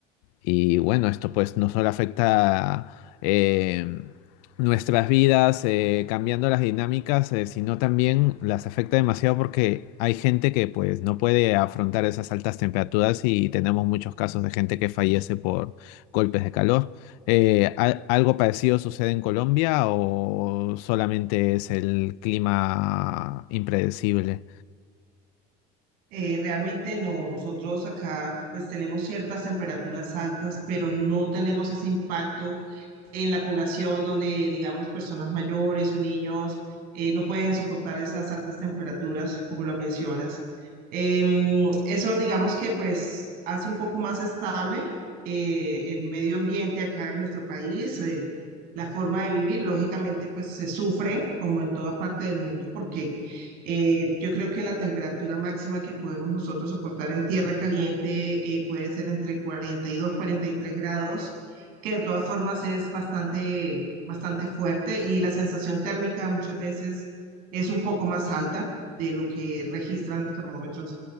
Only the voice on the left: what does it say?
Y bueno, esto pues no solo afecta eh, nuestras vidas eh, cambiando las dinámicas, eh, sino también las afecta demasiado porque hay gente que pues no puede afrontar esas altas temperaturas y tenemos muchos casos de gente que fallece por golpes de calor. Eh, ¿al- ¿algo parecido sucede en Colombia o solamente es el clima impredecible?